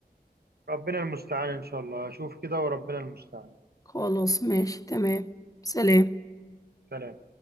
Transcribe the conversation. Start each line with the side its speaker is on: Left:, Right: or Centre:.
Right: ربنا المستعان ان شاء الله اشوف كده وربنا المستعان
Left: خلاص ماشي تمام سلام
Right: سلام